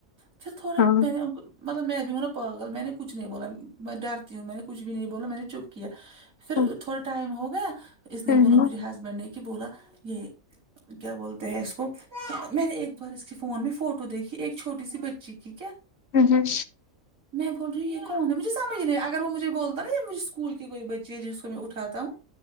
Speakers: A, on the right; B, on the left.
A: پھر تھوڑا
B: ہاں ہوں
A: میں نے ان کو مطلب میں بھی ہوں نا پاگل میں نے کچھ نہیں بولا میں ڈرتی ہوں میں نے کچھ بھی نہیں بولا میں نے چپ کیا پھر
B: ہوں
A: تھوڑا ٹائم ہو گیا اس نے
B: ہوں
A: بولا مجھے ہسبینڈ نے کہ بولا یہ کیا بولتے ہیں اس کو میں نے ایک بار اس کی فون میں فوٹو دیکھی ایک چھوٹی سی بچی کی کیا
B: امم امم
A: میں بول رہ ہوں یہ کون مجھے سمجھ نہیں اگر وہ مجھے بولتا نا مجھے اسکول کی کوںی بچ جی جی اس کو میں اٹھاتا ہوں